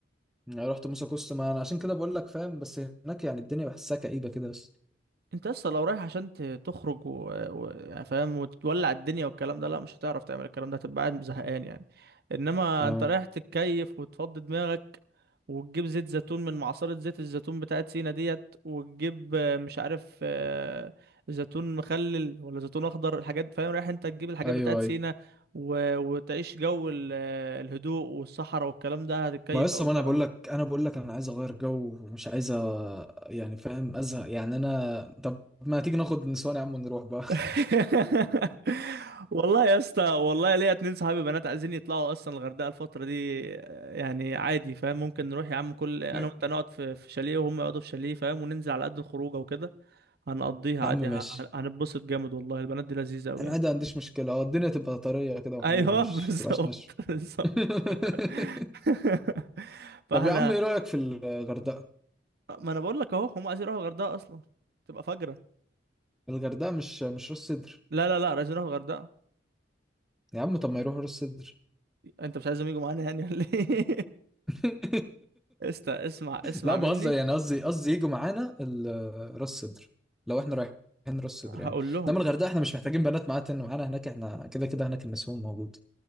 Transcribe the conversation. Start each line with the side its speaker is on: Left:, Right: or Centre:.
Centre: يعني رحت موسى كوست ما انا عشان كده بقول لك فاهم بس هناك يعني الدنيا بحسها كئيبه كده بس
Right: انت اصلا لو رايح عشان ت- تخرج و... و... يعني فاهم وتولع الدنيا والكلام ده لا مش هتعرف تعمل الكلام ده هتبقى قاعد زهقان يعني انما
Centre: اه
Right: انت رايح تتكيف وتفضي دماغك وتجيب زيت زيتون من معصرة زيت الزيتون بتاعت سينا ديت وتجيب آه، مش عارف آه، زيتون مخلل ولا زيتون اخضر الحاجات فاهم رايح انت تجيب الحاجات
Centre: ايوه
Right: بتاعت سينا
Centre: ايوه
Right: و... وتعيش جو ال... آه، الهدوء والصحراء والكلام ده هتتكيف
Centre: ما لسه
Right: اوي
Centre: ما
Right: صراحة
Centre: انا بقول لك انا بقول لك انا عايز اغير جو ومش عايز أ- يعني فاهم ازهق يعني انا طب ما تيجي ناخد نسوان يا عم ونروح بقى
Right: <laughs> والله يا اسطى والله ليا اتنين صحابي بنات عايزين يطلعوا اصلا الغردقه الفتره دي آه، يعني عادي فاهم ممكن نروح يا عم كل انا
Centre: <laughs>
Right: وانت نقعد في في شاليه وهم يقعدوا في شاليه فاهم وننزل على قد الخروجه وكده هنقضيها
Centre: يا
Right: عادي
Centre: عم ماشي
Right: ه- ه- هنتبسط جامد والله البنات دي لذيذه قوي
Centre: انا
Right: يعني
Centre: عادي ما عنديش مشكله اه الدنيا تبقى طريه كده وحلوه
Right: ايوه
Centre: مش
Right: <laughs> بالظبط
Centre: تبقاش ناشفه
Right: بالظبط <laughs>
Centre: <laughs>
Right: فاحنا
Centre: طب يا عم ايه رايك في الغردقه
Right: ما انا بقول لك اهو هم عايزين يروحوا الغردقه اصلا تبقى فجره
Centre: الغردقه مش مش راس سدر
Right: لا لا لا عايزين يروحوا الغردقه
Centre: يا عم طب ما يروحوا راس سدر
Right: انت مش عايزهم يجوا معانا يعني ولا ايه
Centre: <laughs>
Right: <laughs> استا اسمع اسمع
Centre: لا بهزر
Right: مني
Centre: يعني قصدي قصدي يجوا معانا ال- راس سدر لو احنا رايحين راس سدر
Right: هقول
Centre: يعني
Right: لهم
Centre: انما الغردقه احنا مش محتاجين بنات معانا تن- معانا هناك احنا كده كده هناك النسوان موجود